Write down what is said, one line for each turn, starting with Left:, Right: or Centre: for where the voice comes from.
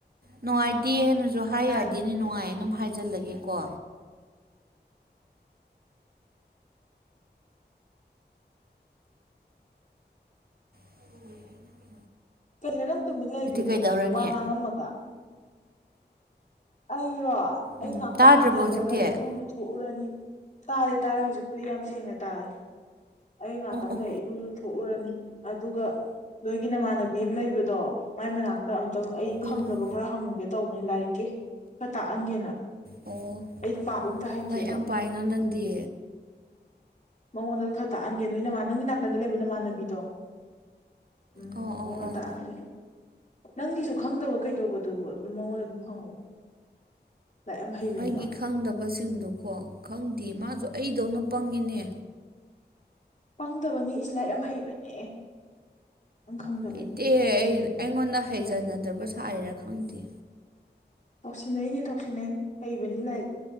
Right: ꯅꯨꯡꯉꯥꯏꯇꯦ ꯍꯥꯏꯅꯁꯨ ꯑꯗ ꯍꯥꯏ
Left: ꯇꯥꯏ
Right: ꯌꯥꯗꯦꯅꯦ ꯅꯨꯡꯉꯥꯏꯌꯦ ꯑꯗꯨꯝ ꯍꯥꯏꯖꯜꯂꯒꯦꯀꯣ ꯎꯝ
Left: ꯀꯩꯅꯣ ꯅꯪ ꯇꯨꯃꯤꯟ ꯂꯩꯈ꯭ꯔꯤꯗꯣ
Right: ꯀꯩꯗꯧꯔꯅꯤ
Left: ꯋꯥ ꯉꯥꯡꯉꯝꯃꯒ ꯑꯩꯔꯣ ꯑꯩ
Right: ꯎꯝ
Left: ꯉꯥꯛꯇꯪ
Right: ꯇꯥꯗ꯭ꯔꯕꯣ
Left: ꯅꯔꯒ
Right: ꯍꯧꯖꯤꯛꯇꯤ ꯑꯣ
Left: ꯏꯔꯨ ꯂꯨꯊꯣꯛꯎꯔꯅꯤ ꯇꯥꯔꯦ ꯇꯥꯔꯦ ꯍꯧꯖꯤꯛꯄꯨꯗꯤ ꯌꯥꯝ ꯁꯦꯡꯅ ꯇꯥꯔꯦ ꯑꯩ ꯉꯥꯛꯇꯪꯗ
Right: ꯑꯣ
Left: ꯏꯔꯨ ꯂꯨꯊꯦ ꯊꯣꯛꯎꯔꯅꯤ ꯑꯗꯨꯒ ꯅꯣꯏꯒꯤ ꯅꯃꯥꯟꯅ ꯑꯃ ꯂꯩꯕꯗꯣ ꯃꯥꯏ ꯃꯅꯥꯛꯇ ꯑꯝꯇꯪ ꯑꯩ
Right: ꯎꯝ
Left: ꯈꯪꯗꯕ ꯈꯔ ꯍꯪꯉꯨꯒꯦ ꯇꯧꯕꯅꯤ ꯂꯥꯏꯔꯤꯛꯀꯤ ꯈꯔ ꯇꯥꯛꯍꯟꯒꯦꯅ
Right: ꯑꯣ
Left: ꯑꯩꯗꯣ ꯄꯥꯕ ꯑꯝꯇ ꯍꯩꯇ꯭ꯔꯦꯕ
Right: ꯂꯥꯏꯔꯤꯛ ꯌꯥꯝ ꯄꯥꯏꯅ ꯅꯪꯗꯤ
Left: ꯃꯉꯣꯟꯗ ꯈꯔ ꯇꯥꯛꯍꯟꯒꯦ ꯅꯣꯏ ꯅꯃ ꯅꯪꯒꯤ ꯅꯥꯀꯟꯗ ꯂꯩꯕ ꯅꯃꯥꯟꯅꯕꯤꯗꯣ ꯎꯝ
Right: ꯑꯣ
Left: ꯃ
Right: ꯑꯣ ꯑꯣ
Left: ꯇꯥꯛꯅꯒ ꯅꯪꯒꯤꯁꯨ ꯈꯪꯗꯕ ꯀꯩꯗꯧꯕꯗꯨꯕꯨ ꯑꯗꯨꯝ ꯃꯉꯣꯟꯗ ꯑꯗꯨꯝ ꯍꯪꯉꯣ ꯂꯥꯏꯔꯤꯛ ꯌꯥꯝ ꯍꯩꯕꯅꯦ
Right: ꯑꯩꯒꯤ
Left: ꯃꯥ
Right: ꯈꯪꯗꯕꯁꯤꯡꯗꯨꯣꯀꯣ ꯈꯪꯗꯦ ꯃꯥꯁꯨ ꯑꯩꯗꯧꯅ ꯄꯪꯉꯤꯅꯦ
Left: ꯄꯥꯡꯗꯕꯅꯤ ꯏ ꯂꯥꯏ ꯌꯥꯝ ꯍꯩꯕꯅꯦ ꯅꯪ ꯈꯪꯗꯕꯩ
Right: ꯍꯩꯇꯦ ꯑꯩ ꯑꯩꯉꯣꯟꯗ ꯍꯩꯖꯅꯗ꯭ꯔꯕꯁꯨꯥꯏꯔꯥ ꯈꯪꯗꯦ
Left: ꯇꯧꯁꯤꯟꯅꯩꯅꯦ ꯇꯧꯁꯤꯟꯅꯩꯅꯦ ꯍꯩꯕꯅꯤ ꯂꯥꯏ